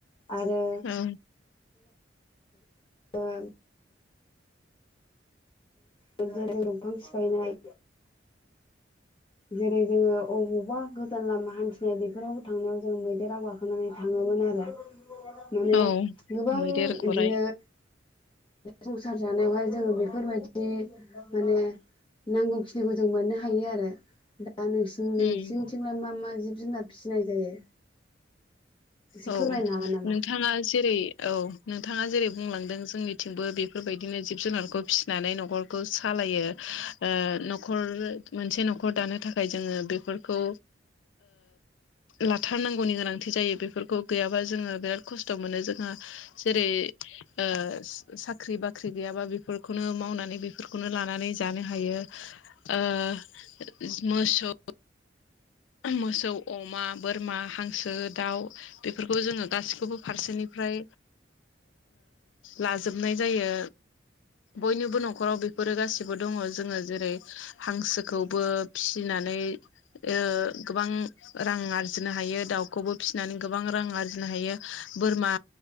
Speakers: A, on the left (about 30°); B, on the left (about 80°).
A: आरो
B: औ
A: द ज दंफां सिफायनाय जेरै जोङो अबावबा गोदान लामा हान्थिनाय बेफोरावबो थांनायाव जों मैदेराव गाखोनानै थाङोमोन आरो। माने
B: औ
A: गोबां
B: मैदेर
A: बिदिनो
B: गराइ
A: संसार जानायावहाय जोङो बेफोरबायदि माने नांगौखिनि जे गुदुं मोननो हायो आरो। दा नों नोंसिनिथिंला
B: उम
A: मा मा जिब जुनार फिसिनाय जायो? एसे
B: औ
A: फोरमायनो हागोन नामा?
B: नोंथाङा जेरै औ नों नोंथांङा जेरै बुंलांदों जोंनिथिंबो बेफोरबायदिनो जिब जुनारखौ फिसिनानै नखर सालायो। नखर मोनसे नखर दानो थाखाय जोङो बेफोरखौ लाथारनांगौनि गोनां नांथि जायो बेफोरखौ गैयाबा जोङो बिराद खस्थ मोनो जोङो जेरै‌ ओ साख्रि बाख्रि गैयाबा बेफोरखौनो मावनानै बेफोरखौनो लानानै जानो हायो। ओ मोसौ मोसौ अमा बोरमा हांसो दाउ बेफोरखौ जोङो गासिखौबो फारसेनिफ्राय लाजोबनाय जायो। बयनिबो नखराव बेफोरो गासिबो दङ जोङो जेरै हांसोखौबो फिसिनानै ओ गोबां रां आरजिनो हायो दाउखौबो फिसिनानै गोबां रां आरजिनो हायो। बोरमा